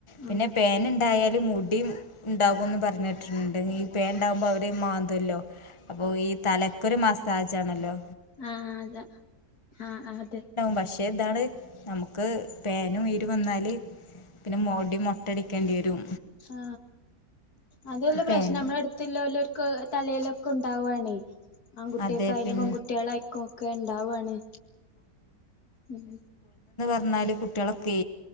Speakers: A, on the left; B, on the left.
A: പിന്നെ
B: ഉം
A: പേൻ ഉണ്ടായാലും മുടിയും ഉണ്ടാകുമന്ന് പറഞ്ഞിട്ടിട്ടുണ്ട് ഈ പേൻ ഉണ്ട് ആകുമ്പോൾ അവര് മാന്ത്വല്ലോ അപ്പൊ ഈ തലക്കൊരു മാസ താജ ആണല്ലോ
B: ആ, അത ആ, ആ അതെ
A: പക്ഷേ ഇതാണ് നമുക്ക് പേനും, ഈരും വന്നാല് മുടി മൊ പേടിക്കേണ്ടി വരും
B: ആ, അതല്ല
A: ഇപ്പം പേൻ
B: പ്രശ്നം നമ്മടെ അടുത്തുള്ള വല്ലോർക്ക് തലയിലൊക്കെ ഉണ്ടാവുവാണെ ആൺകുട്ടിയക്കായാലും
A: അതെ പിൻ
B: പെൺകുട്ടികളയിക്കും ഒക്കെ ഇണ്ടാവുവാണ്, ഉം
A: മൂന്നാല് കുട്ടികളൊക്കെ